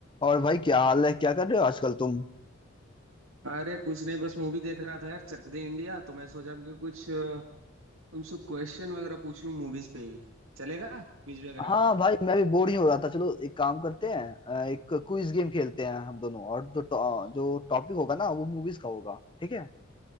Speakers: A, on the left; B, on the right.
A: और भाई क्या हाल है क्या कर रहे हो आजकल तुम
B: अरे कुछ नहीं बस मूवी देख रहा था यार चक दे इंडिया तो मैं सोचा कि कुछ अ, तुमसे क्वेश्चन वगैरह पूछ लूं मूवीज पे ही चलेगा क्विज वगैरह
A: हाँ भाई मैं भी बोर ही हो रहा था चलो एक काम करते हैं अ, एक क्विज गेम खेलते हैं हम दोनों और जो टॉ- जो टॉपिक होगा ना वो मूवीज का होगा ठीक है